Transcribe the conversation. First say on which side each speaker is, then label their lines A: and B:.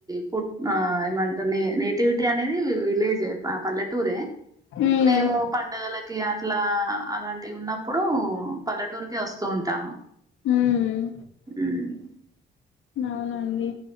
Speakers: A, on the right (about 20°); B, on the left (about 80°).
A: పుట్ ఆహ్ ఏమంట నే నేటివిటీ అనేది విలేజే పా పల్లెటూరే
B: మ్మ్
A: మేము పండుగలకి ఇట్లా అలాంటివి ఉన్నప్పుడు పల్లెటూరుకి ఒస్తు వస్తూ ఉంటాము
B: హుమ్మ్
A: ఉమ్
B: అవునండి